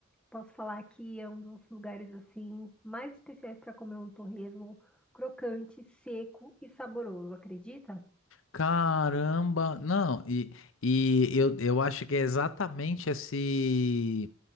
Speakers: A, in the centre; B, on the left.
A: posso falar que é um dos lugares assim mais especiais para comer um torresmo crocante, seco e saboroso, acredita?
B: Caramba. Não, e, e eu, eu acho que é exatamente esse,